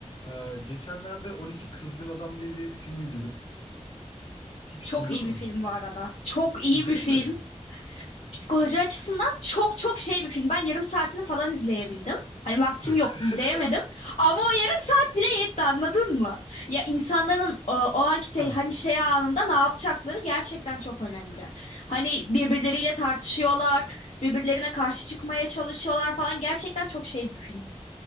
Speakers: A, on the left; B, on the left.
A: Ee, geçenlerde 12 Kızgın Adam diye bir film izledim. Hiç
B: Çok
A: duydun
B: iyi
A: mu?
B: bir film bu arada. Çok iyi
A: İzledin
B: bir film.
A: mi?
B: Psikoloji açısından çok çok şey bir film. Ben yarım saatini falan izleyebildim. Hani vaktim
A: <laughs>
B: yoktu izleyemedim. Ama o yarım saat bile yetti anladın mı? Ya insanların e, o anki te-
A: Heh.
B: hani şey anında ne yapacakları gerçekten çok önemli. Hani birbirleriyle tartışıyorlar, birbirlerine karşı çıkmaya çalışıyorlar falan. Gerçekten çok şey bir film.